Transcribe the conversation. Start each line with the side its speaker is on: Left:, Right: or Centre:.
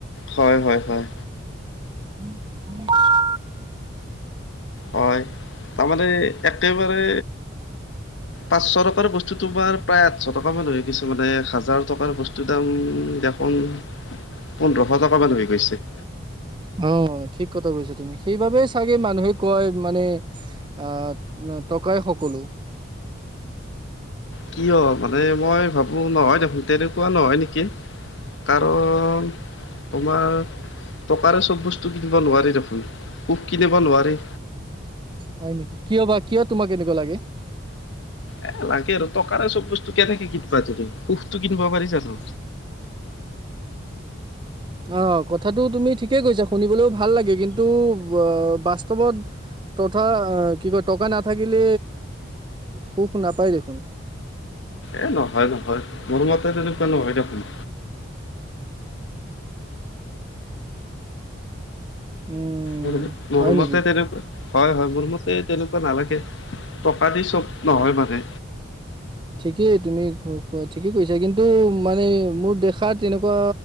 Left: হয় হয় হয়
Right: <unintelligible>
Left: হয় তাৰমানে একেবাৰে পাঁচশ টকাৰ বস্তু তোমাৰ প্ৰায় আঠশ টকা মান হৈ গৈছে মানে হাজাৰ টকাৰ বস্তুৰ দাম দেখোন পোন্ধৰশ টকামান হৈ গৈছে
Right: অ ঠিক কথা কৈছা তুমি সেইবাবেই চাগে মানুহে কয় মানে অ টকাই সকলো
Left: কিয় মানে মই ভাবো নহয় দেখোন তেনেকুৱা নহয় নেকি কাৰণ তোমাৰ টকাৰে চব বস্তু কিনিব নোৱাৰি দেখোন। সুখ কিনিব নোৱাৰি।
Right: হয় নেকি, কিয় বা কিয় তোমাৰ এনেকুৱা লাগে?
Left: এ লাগে আৰু, টকাৰে চব বস্তু কেনেকে কিনিবা তুমি, সুখতো কিনিব পাৰি জানো?
Right: অ' কথাটো তুমি ঠিকেই কৈছা, শুনিবলেও ভাল লাগে কিন্তু আ বাস্তৱত। তথা, কি কয়, টকা নাথাকিলে সুখ নাপায় দেখোন।
Left: এ নহয়, নহয়, মোৰ মতে তেনেকুৱা নহয় দেখোন।
Right: উম'।
Left: <unintelligible>
Right: হয়
Left: মোৰ
Right: নেকি?
Left: মতে তেনেকুৱা। হয়, হয়, মোৰ মতে তেনেকুৱা নালাগে, টকা দি চব নহয় মানে।
Right: ঠিকেই, তুমি ক ঠিকেই কৈছা, কিন্তু মানে মোৰ দেখাত তেনেকুৱা